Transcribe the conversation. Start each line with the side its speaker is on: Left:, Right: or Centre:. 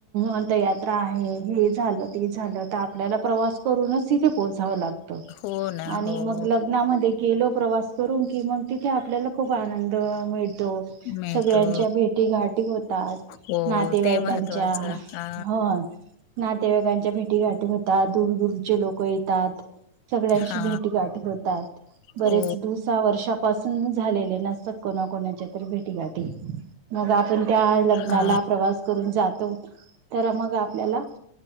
Right: अंतयात्रा आहे... हे झालं ते झालं तर आपल्याला प्रवास करूनच तिथे पोहोचावं लागत...
Left: हो ना
Right: आणि
Left: हो
Right: मग लग्नामध्ये गेलो... प्रवास करून की मग तिथे आपल्याला खूप आनंद मिळत... तो
Left: मिळतो
Right: सगळ्यांच्या भेटी घाटी होतात
Left: हो
Right: नातेवाईकांच्या...
Left: ते महत्त्वाचं हा
Right: हो नातेवाईकांच्या भेटी गाठी होतात दूर दूरचे लोक येतात... सगळ्यांची
Left: हा
Right: भेटी गाठी होतात बरेच
Left: हो
Right: दिवसा वर्षापासून.... झालेले नसतात कोणा कोणाच्या तर भेटीगाठी मग... आपण त्या लग्नाला
Left: हा
Right: प्रवास करून जातो तर मग... आपल्याला